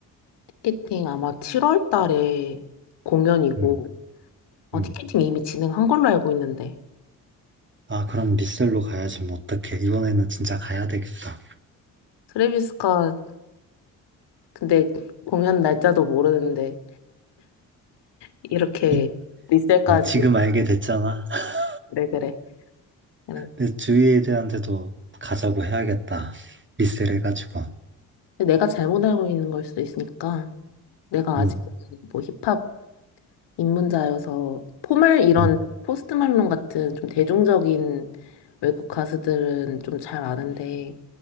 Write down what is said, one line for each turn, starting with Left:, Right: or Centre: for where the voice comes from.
Left: 티켓팅 아마 7월 달에 공연이고
Right: 음,
Left: 아,
Right: 음.
Left: 티켓팅 이미 진행한 걸로 알고 있는데
Right: 아, 그럼 리셀로 가야지, 뭐, 어떡해. 이번에는 진짜 가야 되겠다.
Left: 트래비스가 근데 공연 날짜도 모르는데 이렇게
Right: 이?
Left: 리셀까지
Right: 어, 지금 알게 됐잖아. <laughs>
Left: 그래 그래. 그래.
Right: 내 주위에 대한테도 가자고 해야겠다. 리셀 해가지고.
Left: 근데 내가 잘못 알고 있는 걸 수도 있으니까 내가
Right: 음,
Left: 아직 뭐 힙합 입문자여서 포멀 이런
Right: 음,
Left: 포스트 말론 같은 좀 대중적인 외국 가수들은 좀 잘 아는데